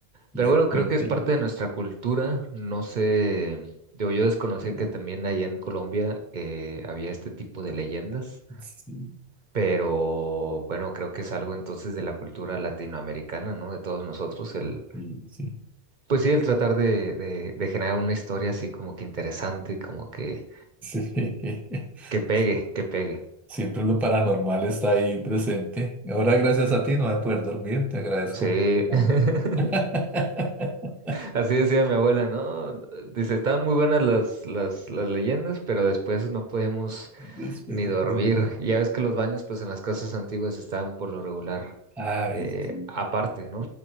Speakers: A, in the centre; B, on the right.
A: le
B: pero bueno, creo
A: quite,
B: que es
A: le-
B: parte de nuestra cultura, no sé, digo, yo desconocí
A: quite.
B: que también allá en Colombia eh, había este tipo de leyendas.
A: sí,
B: Pero bueno, creo que es algo entonces de la cultura latinoamericana, ¿no? De todos nosotros, el
A: sí, sí.
B: Pues sí, el tratar de, de, de generar una historia así como que interesante, como que,
A: <laughs>
B: que pegue,
A: sí.
B: que pegue.
A: Siempre lo paranormal está ahí presente. Ahora, gracias a ti, no voy a poder dormir. Te agradezco.
B: Sí,
A: mucho.
B: <laughs>
A: <laughs>
B: así decía mi abuela, ¿no? Dice, estaban muy buenas las, las, las leyendas, pero después no podíamos
A: Después
B: ni
A: de-
B: dormir.
A: de-
B: Y ya ves que los baños, pues en las casas antiguas estaban por lo regular
A: Ay,
B: eh,
A: sí.
B: aparte, ¿no?